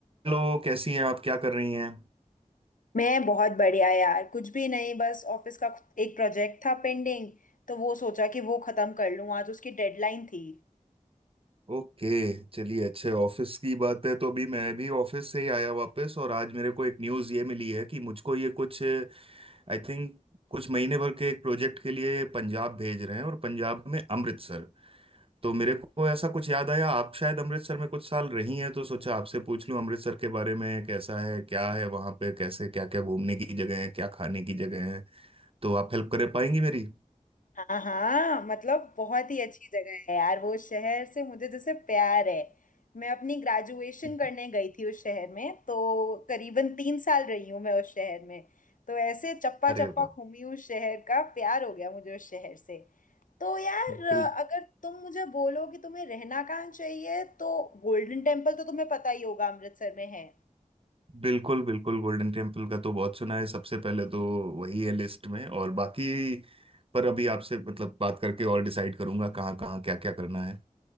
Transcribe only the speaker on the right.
हेलो कैसी हैं आप क्या कर रही हैं
ओके चलिए अच्छे ऑफिस की बात है तो अभी मैं भी ऑफिस से ही आया वापस और आज मेरे को एक न्यूज़ ये मिली है कि मुझको ये कुछ आई थिंक कुछ महीने भर के एक प्रोजेक्ट के लिए पंजाब भेज रहे हैं और पंजाब में अमृतसर तो मेरे को ऐसा कुछ याद आया आप शायद अमृतसर में कुछ साल रही हैं तो सोचा आपसे पूछ लूं अमृतसर के बारे में कैसा है क्या है वहां पे कैसे क्या क्या घूमने की जगह है क्या खाने की जगह है तो आप हेल्प कर पाएंगी मेरी
<laughs>
अरे
वाह
बिल्कुल
बिल्कुल बिल्कुल गोल्डन टेम्पल का तो बहुत सुना है सबसे पहले तो वही है लिस्ट में और बाकी पर अभी आपसे मतलब बात करके और डिसाइड करूंगा कहाँ कहाँ क्या क्या करना है